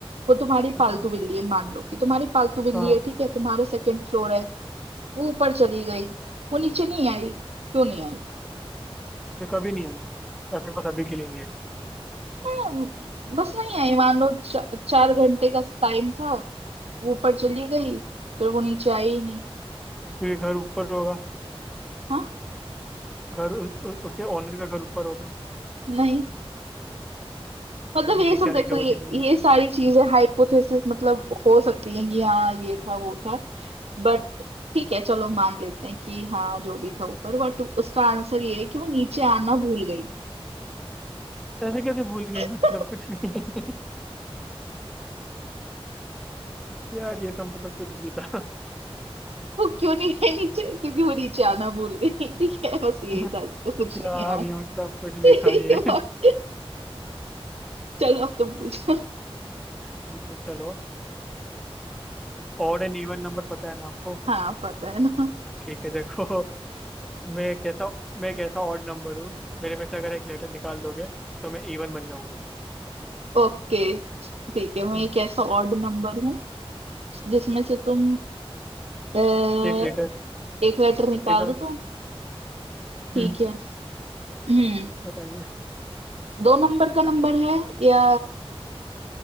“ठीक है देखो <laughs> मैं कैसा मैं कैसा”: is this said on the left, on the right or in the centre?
Centre